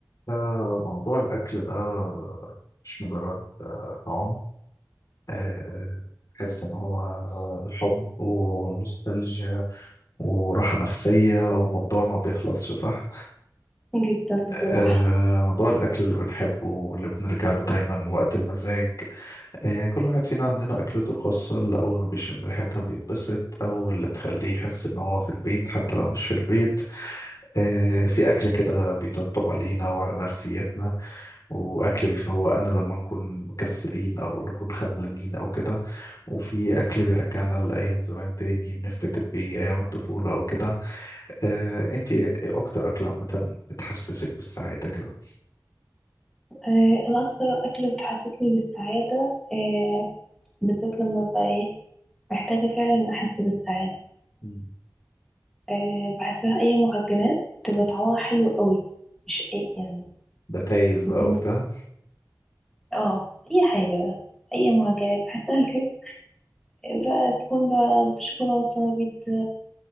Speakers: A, on the left (about 55°); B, in the centre.
A: فموضوع الأكل ده مش مجرد طعام آه، تحس إن هو حب ونوستالجيا وراحة نفسية وموضوع ما بيخلصش صح
B: جدا بصراحة
A: آه، موضوع الأكل اللي بنحبه واللي بنرجع له دايما وقت المزاج آه، كل واحد فينا عندنا أكلته الخاصة اللي أول ما بيشم ريحتها بينبسط أو اللي تخليه يحس إن هو في البيت حتى لو مش في البيت آه، في أكل كده بيطبطب علينا وعلى نفسيتنا وأكل بيفوقنا لما نكون مكسلين أو نكون خملانين أو كده وفي أكل بيرجعنا لأيام زمان تاني بنفتكر بيه أيام الطفولة أو كده آه، أنت إيه أكتر أكل عامة بتحسسك بالسعادة كده
B: آه، أنا أكثر أكلة بتحسسني بالسعادة آه، بالذات لما أبقى إيه محتاجة فعلا أحس بالسعادة
A: مم.
B: آه، بحسها أي معجنات تبقى طعمها حلو قوي مش أي يعني
A: بتايز بقى
B: يكون
A: وبتاع
B: آه أي حاجة بقى أي معجنات بحسها اللي بقى تكون بقى بشوكولاتة بيتزا